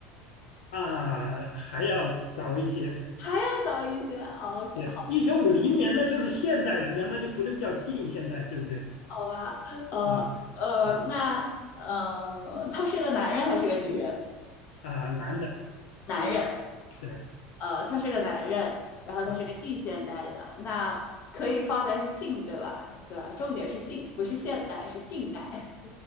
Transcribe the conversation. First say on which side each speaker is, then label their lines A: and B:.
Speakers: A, on the left (about 70°); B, on the left (about 45°).
A: <laughs> 啊、还要早一些。
B: 再早一些 o k
A: 对，一九五零年那就是现代人了，那就不能叫近现代，对不对？
B: 好吧，呃呃，
A: 啊啊
B: 那呃，他是个男人还是个女人？
A: 啊，男的，
B: 男人，
A: 对
B: 呃，他是个男人，然后他是个近现代的，
A: 啊
B: 那可以放在是近，对吧？对吧？重点是近，不是现代，是近代。